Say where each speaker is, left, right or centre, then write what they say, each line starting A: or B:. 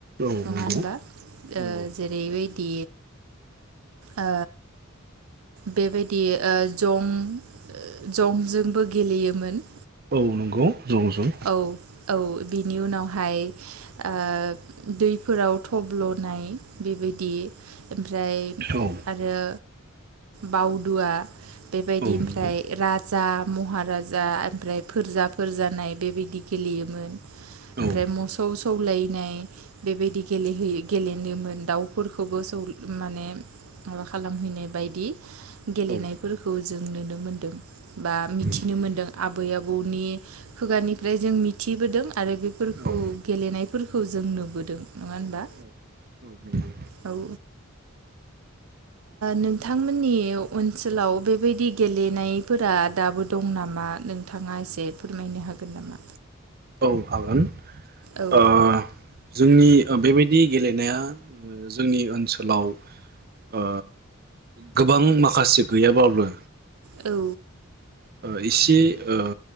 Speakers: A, on the right (about 45°); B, on the right (about 85°).
A: औ
B: नङा
A: नंगौ
B: होनबा ओ
A: नंगौ
B: जेरैबायदि ओ बेबायदि ओ जं-जंजोंबो गेलेयोमोन
A: औ नंगौ जं जं
B: औ औ बिनि उनावहाय ओ दैफोराव थब्ल'नाय बेबायदि ओमफ्राय
A: औ
B: आरो बावदुआ बेबायदि
A: औ
B: ओमफ्राय
A: नंगौ
B: राजा महाराजा ओमफ्राय फोरजा फोर जानाय बेबायदि गेलेयोमोन
A: औ
B: ओमफ्राय मोसौ सौलायनाय बेबायदि गेलेहोयो गेलेनो दाउफोरखौबो जों माने माबा खालामहैनाय बायदि गेलेनायफोरखौ
A: औ औ
B: जों नुनो मोनदों बा मिथिनो
A: नंगौ
B: मोन्दों आबै आबौनि खुगानिफ्राय जों मिथिबोदों आरो बेफोरखौ
A: औ
B: गेलेनायफोरखौ जों नुबोदों नङा होनबा
A: औ नंगौ
B: औ ओ नोंथांमोननि ओनसोलाव बेबायदि गेलेनायफोरा दाबो दं नामा नोंथांङा एसे फोरमायनो हागो गोन नामा
A: औ हागोन
B: औ
A: ओ जोंनि बेबायदि गेलेनाया जोंनि ओनसोलाव ओ गोबां माखासे गैयाबाब्लाबो
B: औ
A: ओ इसे ओ